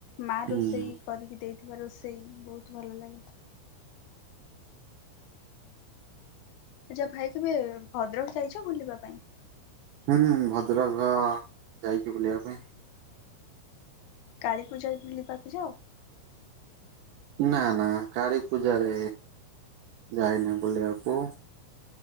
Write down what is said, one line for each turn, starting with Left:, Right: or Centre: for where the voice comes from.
Left: ମା
Right: ହୁଁ
Left: ରୋଷେଇ କରିକି ଦେ ଥିବା ରୋଷେଇ ବହୁତ ଭଲ ଲାଗେ। ଆଚ୍ଛା ଭାଇ କେବେ ଭଦ୍ରକ ଯାଇଚ ବୁଲିବା ପାଇଁ?
Right: ହୁଁ ଭଦ୍ରକ ଯାଇଚି ବୁଲିବା ପାଇଁ।
Left: କାଳୀ ପୂଜା ବୁଲିବାକୁ ଯାଅ?
Right: ନା ନା କାଳୀ ପୂଜା ରେ ଯାଇନି ବୁଲିବାକୁ।